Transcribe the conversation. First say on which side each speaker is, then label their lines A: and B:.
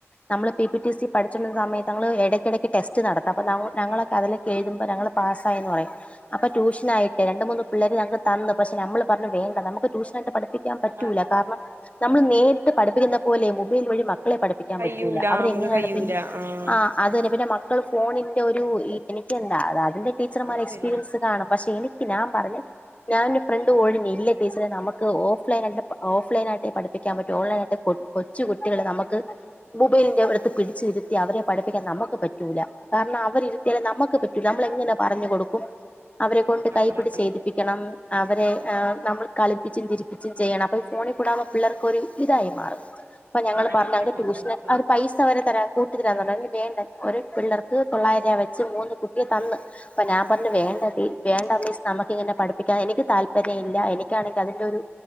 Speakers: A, on the left; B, on the right.
A: നമ്മള് പി പി ടി സി പഠിച്ചോണ്ടിരുന്ന സമയത്ത് നങ്ങള് എടക്കിടക്ക് ടെസ്റ്റ് നടത്തും അപ്പം നങ്ങ ഞങ്ങളക്കെ
B: ആഹ്
A: അതിലൊക്കെ എഴുതുമ്പോ ഞങ്ങള് പാസ്സായിന്ന് പറയും. അപ്പൊ ട്യൂഷനായിട്ടെ രണ്ടുമൂന്ന് പിള്ളേര് ഞങ്ങക്ക് തന്ന്. പക്ഷെ ഞമ്മള് പർഞ്ഞു. വേണ്ട നമുക്ക് ട്യൂഷനായിട്ട് പഠിപ്പിക്കാൻ പറ്റൂല്ല.
B: ആഹ്
A: കാരണം നമ്മള് നേരിട്ട് പഠിപ്പിക്കുന്ന പോലെ മൊബൈൽ വഴി മ- ക്കളെ പഠിപ്പിക്കാൻ
B: കയ്യൂല
A: പറ്റൂല. അവരെങ്ങനെയാണ്
B: നമ്മക്ക് കയ്യൂല
A: പിന്നെ
B: ആഹ്
A: ആ- അത് തന്നെ പിന്നെ മക്കള് ഫോണിൻ്റെ ഒരു, എനിക്കെന്താ അതിൻ്റെ ടീച്ചർമാർ
B: അത്
A: എക്സ്പീരിയൻസ്
B: ശരിയാണ്
A: കാണും പക്ഷെ എനി- ക്ക്‌ ഞാൻ പറഞ്ഞു, ഞാനൊരു ഫ്രൈ <unintelligible> ഇല്ല ടീച്ചറെ നമുക്ക് ഓഫ്‌ലൈൻ ആയിട്ടെ ഓഫ്‌ലൈൻ ആയിട്ടെ പഠിപ്പിക്കാൻ പറ്റൂ ഓൺലൈൻ ആയിട്ട് പൊട്ട് കൊച്ചു കുട്ടികള് നമുക്ക് മൊബൈലിന്റെ അടുത്ത് പിടിച്ച് ഇരുത്തി അവരെ പഠിപ്പിക്കാൻ നമുക്ക് പറ്റൂല കാരണം അവരിരുത്തിയാലും നമ്മക്ക് പറ്റൂല, നമ്മളെങ്ങനെ പറഞ്ഞു കൊടുക്കും അവരെക്കൊണ്ട് കൈപിടിച്ചെഴുതിപ്പിക്കണം,
B: അതാണ്
A: അവരെ ന നമ്മള് കളിപ്പിച്ചും ചിരിപ്പിച്ചും ചെയ്യണം അപ്പൊ ഈ ഫോണി കൂടാവുമ്പോ പിള്ളർക്കൊരു ഇതായി മാറും അപ്പൊ ഞങ്ങള്
B: ആ
A: പറഞ്ഞ
B: പിന്നെ
A: <unintelligible> ട്യൂഷന് അവരു പൈസ വരെ തരാ കൂട്ടിതരാന്നുപറഞ്ഞ് <unintelligible> വേണ്ട ഒരു പിള്ളേർക്ക് തൊള്ളായിരം രൂപ വെച്ച് മൂന്ന് കുട്ടിയെ തന്ന് അപ്പൊ ഞാൻ പറഞ്ഞു വേണ്ട ടീ വേണ്ട മിസ്സ് നമക്കിങ്ങനെ പഠിപ്പിക്കാ എനിക്ക് താല് ല്പര്യവില്ല എനിക്കാണെങ്കി അതിന്റെ ഒരു